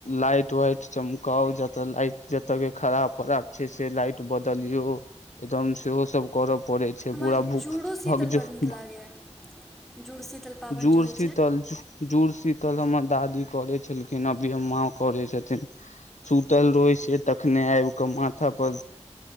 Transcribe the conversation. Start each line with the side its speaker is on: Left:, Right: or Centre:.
Left: लाइट वाइट चमकाउ जते लाइट, जते के खराब खराब छै से लाइट बदलियो एकदम सेहो सब करब पड़ै छै,
Centre: हमरा
Left: पूरा भ
Centre: जूडो शीतल
Left: भग
Centre: बड़
Left: <unintelligible>
Centre: नीक लागैए जुड़शीतल पाबनि
Left: जुड़
Centre: जे होइ
Left: शीतल, जुड़ शीतल हमरा दादी करै छलखिने माँ करै छथिन सुतल रहै छैयतखने अ कऽ माथा पर